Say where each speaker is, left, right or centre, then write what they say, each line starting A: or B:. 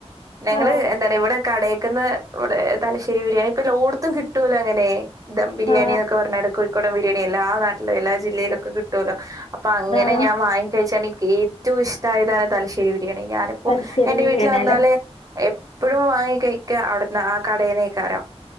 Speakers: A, on the right; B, on the left.
A: ഞങ്ങള്
B: ആ
A: എന്താണ് ഇവിടെ കടയിക്കുന്ന് ഇവിടെ തലശ്ശേരി ബിരിയാണി ഇപ്പ എല്ലോടത്തും കി ട്ടോലൊ അങ്ങനെ. ദം ബിരിയാണീന്നൊക്കെ
B: ആ
A: പറഞ്ഞാല് കോഴിക്കോടം ബിരിയാണി എല്ലാ നാട്ടിലും എല്ലാ ജില്ലയിലൊക്കെ കിട്ടോല്ലോ? അപ്പൊ അങ്ങനെ
B: ആ
A: ഞാൻ വാങ്ങി കഴിച്ചാണ് ഇൻക്കേറ്റോം ഇഷ്ടായതാണ് തലശ്ശേരി ബിരിയാണി. ഞാൻ പ്പൊ
B: തലശ്ശേരി
A: എന്റെ
B: ബിരിയാണി
A: വീട്ടില് വന്നാല്
B: അല്ലേ
A: എപ്പഴും വാങ്ങികഴിക്ക അവിടന്ന് ആ കടീന്നേക്കാരം.